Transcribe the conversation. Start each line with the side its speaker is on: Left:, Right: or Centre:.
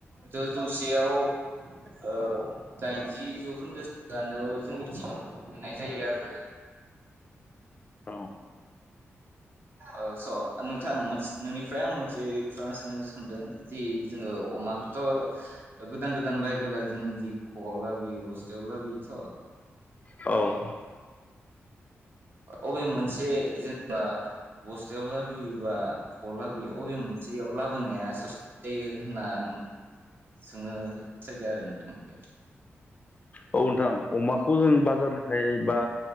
Right: जौ जौसेयाव ओ दाइनजि जौखोन्दोसोआनो जोंनिथिं मोननाय जायो आरोना
Left: औ
Right: ओ स' नोंथां नोंनिफ्राय आं मोनसे खोथा सोंनो सानदों दि जोङो अमाखौथ'
Left: औ
Right: गोदान गोदान बायबोला जों जि ख'आव लाबोयो बुस्थुआव लाबोयोथ'
Left: औ
Right: अबे मोनसे जेनेबा बस्थायाव लाबोयो बा ख लाबोयो अबे मोनसे जेयाव लाबोनाया साबसिन जायो होनना आं सोंनो सैदों आरो नोंथांनिफ्राय
Left: औ नोंथां अमाखौ जों बाजारनिफ्राय बा